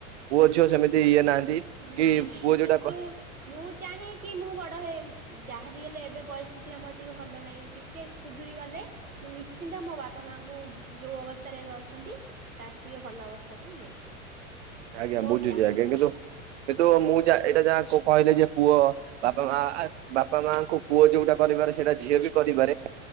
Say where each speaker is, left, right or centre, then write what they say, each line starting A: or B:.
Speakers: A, on the right; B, on the right.
A: ପୁଅ ଝିଅ ସେମିତି ଇଏ ନାହାନ୍ତି।
B: ନାଇଁ
A: କି
B: ନାଇଁ
A: ପୁଅ ଯୋଉଟା
B: କିନ୍ତୁ
A: କ
B: ମୁଁ ଚାହେଁ କି ମୁଁ ବଡ଼ ହେ ଯାହାବି ହେଲେ ଏବେ ପରିସ୍ଥିତି ଆମର ଟିକେ ଭଲ ନାହିଁ। ଟି କେ ସୁଧରି ଗଲେ ମୁଁ ନିଶ୍ଚିନ୍ତ ମୋ ବାପା ମାଙ୍କୁ ଯୋଉ ଅବସ୍ଥାରେ ଏବେ ଅଛନ୍ତି। ତାଠୁ ଟିକେ ଭଲ ଅବସ୍ଥାକୁ ମୁଁ ନେଇଯିବି।
A: ଆଜ୍ଞା
B: ମୁଁ ବହୁତ
A: ବୁଝୁଛି
B: ଚାହେଁ
A: ଆଜ୍ଞା କିନ୍ତୁ କିନ୍ତୁ ମୁଁ ଯା ଏଇଟା ଯାହା କହିଲେ ଯେ ପୁଅ ବାପା ମା ଆ ବାପା ମାଙ୍କୁ ପୁଅ ଯୋଉଟା କରିବାରେ ସେଇଟା ଝିଅ ବି କରିିବାରେ।